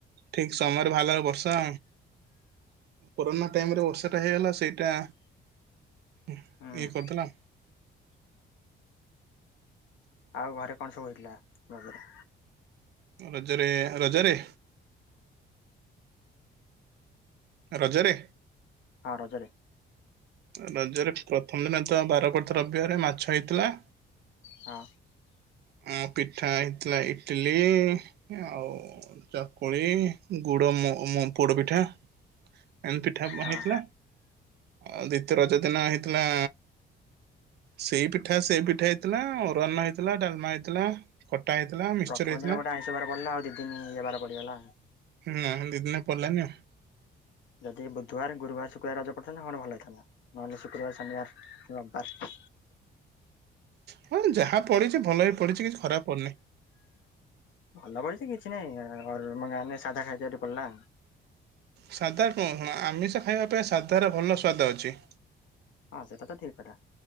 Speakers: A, on the right (about 60°); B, on the left (about 80°).
A: ଠିକ୍ ସମୟରେ ବାହାରିଲା ବେଳକୁ ବର୍ଷା କୋରୋନା ଟାଇମ୍ ରେ ବର୍ଷା ଟା ହେଇଗଲା ସେଇଟା ଇଏ
B: ହୁଁ।
A: କରିଦେଲା।
B: ଆଉ ଘରେ କଣ ସବୁ ହେଇଥିଲା ରଜରେ?
A: ରଜରେ ହ ରଜରେ ରଜରେ।
B: ହଁ ରଜରେ।
A: ରଜରେ ପ୍ରଥମ ଦିନ ତ ବାର ପଡିଥି ରବିବାରେ ମାଛ ହେଇଥିଲା
B: ହଁ।
A: ହୁଁ ପିଠା ହେଇଥିଲା ଇଟିଲି ଆଉ ଚକୁଳି ଗୁଡ ମ ମ ପୋଡ ପିଠା ଏମିତି ପିଠା
B: ହଁ
A: ହେଇଥିଲା ଆଉ ଦ୍ୱିତୀୟ ରଜ ଦିନ ହେଇଥିଲା ସେଇ ପିଠା ସେଇ ପିଠା ହେଇଥିଲା ଅରୁଆନ୍ ହେଇଥିଲା ଡାଲ୍ମା ହେଇଥିଲା ଖଟା ହେଇଥିଲା। ମିକ୍ସଚର
B: ପ୍ରଥମ
A: ହେଇଥିଲା।
B: ଦିନ ଗୋଟେ ଆଇଁଷ ବାର ପଡ଼ିଲା ଆଉ ଦି ଦିନ ଇଏବାର ପଡିଗଲା।
A: ହୁଁ <inaudible> ଦି ଦିନ ପଡିଲାନି ଆଉ।
B: ଯଦି ବୁଧବାର ଗୁରୁବାର ଶୁକ୍ରବାର ରଜ ପଡ଼ିଥାନ୍ତ କଣ ଭଲ ହେଇଥାନ୍ତା ନହେଲେ ଶୁକ୍ରବାର ଶନିବାର ରବିବାର।
A: ହଁ ଯାହା ପଡ଼ିଚି ଭଲ ରେ ପଡ଼ିଚି କିଛି ଖରାପ ପଡିନି।
B: ଭଲ ପଡିଛି କିଛି ନାଇଁ <inaudible> ସାଧା ଖାଇତେ ଗୋଟେ ପଡିଲା।
A: ସାଧା କଣ ଆମିଷ ଖାଇବା ଅପେକ୍ଷା ସାଧାର ଭଲ ସ୍ୱାଦ ଅଛି।
B: ହଁ ସେଟା ତ ଠିକ୍ କଥା